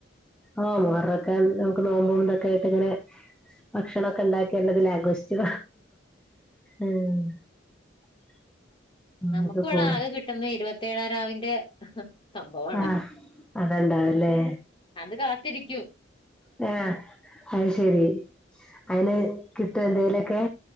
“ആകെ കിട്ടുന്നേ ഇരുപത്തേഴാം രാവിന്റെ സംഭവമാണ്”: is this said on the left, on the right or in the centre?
Left